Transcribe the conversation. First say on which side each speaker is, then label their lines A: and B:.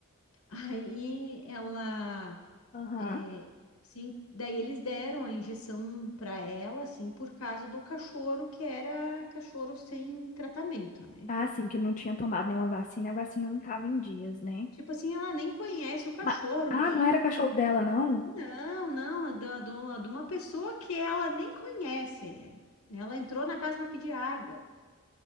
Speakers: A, on the left; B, on the left.
A: Aí ela,
B: Aham.
A: é, sim, daí eles deram a injeção para ela, assim, por causa do cachorro que era cachorro sem tratamento, né?
B: Ah, sim, que não tinha tomado nenhuma vacina, a vacina não tava em dias, né?
A: Tipo assim, ela nem conhece o cachorro,
B: Ma- Ah,
A: nem.
B: não era cachorro dela, não?
A: Não, não, é da- de uma de uma pessoa que ela nem conhece. Ela entrou na casa para pedir água.